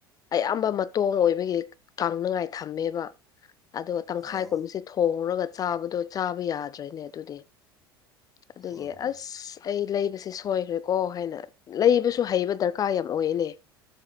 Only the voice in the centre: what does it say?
ꯑꯣ
ꯍꯣꯏ ꯍꯣꯏ